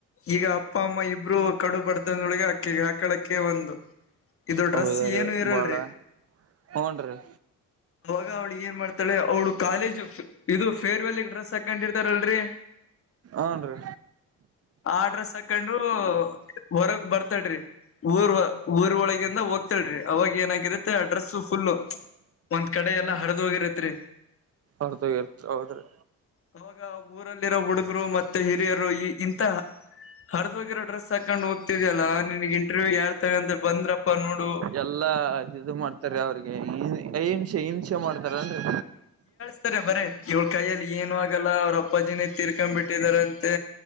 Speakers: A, on the left; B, on the right.
A: ಈಗ ಅಪ್ಪ ಅಮ್ಮ ಇಬ್ರು ಕಡು ಬಡತನದೊಳಗೆ ಅಕ್ಕಿಗೆ ಹಾಕಳಕ್ಕೆ ಒಂದು ಇದು ಡ್ರೆಸ್
B: ಹೌದ್ರೀ
A: ಏನು ಇರಲ್ರಿ
B: ಬಾಳ ಹೂನ್ ರೀ
A: ಅವಾಗ ಅವ್ಳಿ ಏನ್ ಮಾಡ್ತಾಳೆ ಅವಳು ಕಾಲೇಜ್ ಇದು ಫೇರ್ವೆಲ್ ಡ್ರೆಸ್ ಹಾಕೊಂಡಿರ್ತಾರಲ್ರಿ
B: ಹನ್ ರೀ
A: ಆ ಡ್ರೆಸ್ ಹಾಕಂಡು ಹೊರಗ್ ಬರ್ತಳ್ರಿ ಊರ್ ಊರ್ ಒಳಗಿಂದ ಹೋಗ್ತಳ್ರಿ ಅವಾಗ ಏನಾಗಿರುತ್ತೆ ಆ ಡ್ರೆಸ್ಸ ಫುಲ್ಲು ಒಂದ್ ಕಡೆ ಎಲ್ಲಾ ಹರದ್ ಹೋಗಿರತ್ರಿ
B: ಅರ್ಧ ಹೋಗಿರ್ತಾ ಹೌದ್ರಿ
A: ಅವಾಗ ಊರಲ್ಲಿರೋ ಹುಡುಗರು ಮತ್ತೆ ಹಿರಿಯರು ಈ ಇಂತ ಹರ್ ಹೋಗಿರೋ ಡ್ರೆಸ ಹಾಕೊಂಡು ಹೋಗ್ತಿದ್ಯಲ್ಲಾ ನಿನಗ್ ಇಂಟರ್ವ್ಯವ ಯಾರ್ ತಗ ಅಂತ ಬಂದ್ರಪ್ಪಾ ನೋಡು
B: ಎಲ್ಲಾ ಇದ ಇದು ಮಾಡ್ತಾರೆ ಅವ್ರಿಗೆ ಹಿಂಸೆ ಹಿಂಸೆ ಮಾಡ್ತಾರನ್ರಿ
A: ಸರಿ ಬರೇ ಇವ್ಳ ಕೈಯಲ್ಲಿ ಏನು ಆಗಲ್ಲ ಅವ್ರ ಅಪ್ಪಾಜಿನೇ ತೀರ್ಕೊಂಡ್ ಬಿಟ್ಟಿದಾರಂತೆ